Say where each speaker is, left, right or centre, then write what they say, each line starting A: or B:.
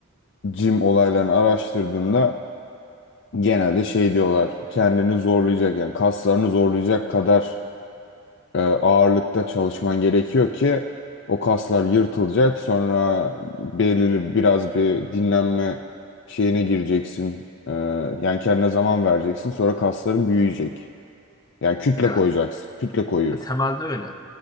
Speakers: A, on the left (about 55°); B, on the left (about 20°).
A: jim olaylarını araştırdığımda genelde şey diyorlar kendini zorlayacak yani kaslarını zorlayacak kadar e, ağırlıkta çalışman gerekiyor ki o kaslar yırtılacak sonra belirli biraz bir dinlenme şeyine gireceksin E, yani kendine zaman vereceksin sonra kasların büyüyecek yani kütle
B: Evet.
A: koyacaksın kütle koyuyorsun.
B: Ve temelde öyle.